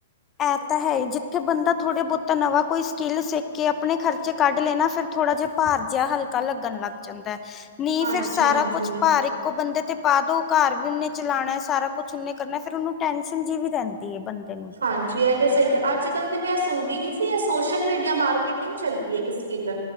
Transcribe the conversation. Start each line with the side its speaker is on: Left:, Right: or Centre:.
Left: ਏ ਤਾਂ ਹੈਈ ਜਿੱਥੇ ਬੰਦਾ ਥੋੜ੍ਹਾ ਬੋਤਾ ਨਵਾਂ ਕੋਈ ਸਕਿੱਲ ਸਿੱਖ ਕੇ ਆਪਨੇ ਖਰਚੇ ਕੱਢ ਲਏ ਨਾ ਫੇਰ ਥੋੜਾ ਜਾ ਭਾਰ ਜਿਆ ਹਲਕਾ ਲੱਗਨ ਲੱਗ ਜਾਂਦਾ ਐ। ਨਈ
Right: ਹਾਂਜੀ
Left: ਫੇਰ ਸਾਰਾ
Right: ਹਾਂਜੀ
Left: ਕੁਛ ਭਾਰਿਕ ਇੱਕੋ ਬੰਦੇ ਤੇ ਪਾ ਦੋ ਘਰ ਵੀ ਓਨੇ ਚਲਾਨੈ ਸਾਰਾ ਕੁਛ ਓਨੇ ਕਰਨਾ ਫੇਰ ਓਨੂੰ ਟੈਨਸ਼ਨ ਜੀ ਵੀ ਰੈਂਦੀ ਐ ਬੰਦੇ ਨੂੰ।
Right: ਹਾਂਜੀ, ਐਹ ਤੇ ਸਈ ਐ ਅੱਜ-ਕੱਲ ਤੇ ਮੈਂ ਸੁਨਦੀ ਵੀ ਸੀ ਏ ਸੋਸ਼ਲ ਮੀਡੀਆ ਮਾਰਕੀਟਿੰਗ ਚੱਲਦੀ ਏ। ਸਕਿੱਲ